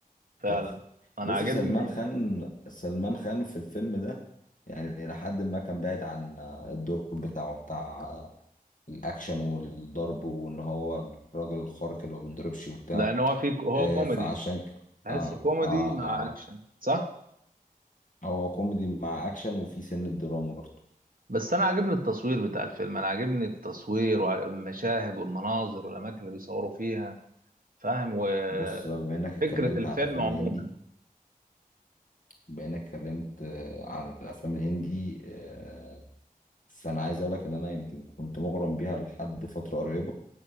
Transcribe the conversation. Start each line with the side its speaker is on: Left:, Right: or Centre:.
Right: فعلا
Left: تحفه
Right: انا
Left: بص
Right: عاجبني
Left: سلمان خان سلمان خان في الفيلم ده يعني لحد ما كان بعيد عن الدور بتاعه بتاع الاكشن والضرب وان هو الراجل الخارق اللي ما بينضربش وبتاع
Right: لان هو فيه هو
Left: آه،
Right: كوميدي
Left: فعشان ك...
Right: تحس
Left: اه
Right: كوميدي
Left: اه
Right: مع
Left: اه
Right: اكشن صح
Left: هو كوميدي مع اكشن وفي سن الدراما برضه
Right: بس انا عاجبني التصوير بتاع الفيلم انا عاجبني التصوير والمشاهد والمناظر والاماكن اللي بيصوروا فيها فاهم وفكرة
Left: بص بقى بما انك اتكلمت
Right: الفيلم
Left: على الافلام
Right: عموما
Left: الهندي بما انك اتكلمت آه، عن الافلام الهندي آه، فانا عايز اقول لك ان انا يمكن كنت مغرم بيها لحد فتره قريبه